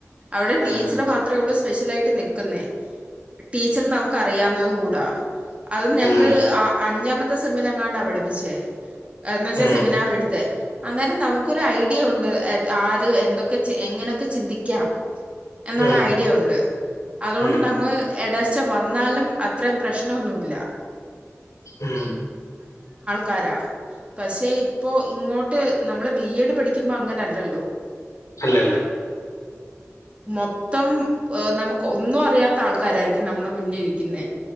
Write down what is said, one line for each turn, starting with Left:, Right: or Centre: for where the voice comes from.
Right: അവിടെ
Left: ഉം
Right: ടീച്ചർ മാത്രേ ഉള്ളൂ സ്കൂ <unintelligible> സ്പെഷ്യലായിട്ട് നിക്കുന്നേ ടീച്ചർ നമുക്ക് അഡ് <unintelligible> അറിയാവുന്നതും കൂടാ അത് ഞങ്ങൾ
Left: ഉം ഉം
Right: അ അഞ്ചാമത്തെ സെമ്മിലെങ്ങാണ്ടാ പഠിപ്പിച്ചേ എന്നുവെച്ചാ
Left: ഉം
Right: സെമിനാർ എടുത്തേ അന്നേരം നമുക്കൊരു ഐഡിയ ഉണ്ട്. ആര്? എന്തൊക്കെ? എങ്ങനെയൊക്കെ ചിന്തിക്കാം? എന്നുള്ള
Left: ഉം
Right: ഐഡിയ ഉണ്ട്. അതുകൊണ്ട്
Left: ഉം
Right: നമ്മൾ എഡ ക്ഷ വന്നാലും അത്രയും പ്രശ്നമൊന്നുമില്ല ഇല്ല
Left: ആഹ
Right: കാര പക്ഷെ ഇപ്പോൊ ഇങ്ങോട്ട് ട്ട് നമ്മള് ബി എഡ് പഠിക്കുമ്പോ അങ്ങനെല്ലല്ലോ
Left: അല്ലല്ല
Right: മൊത്തം നമുക്ക് ഒന്നും അറിയാത്ത ആൾക്കാരായിരിക്കും നമ്മുടെ മുന്നിൽ ഇരിക്കുന്നേ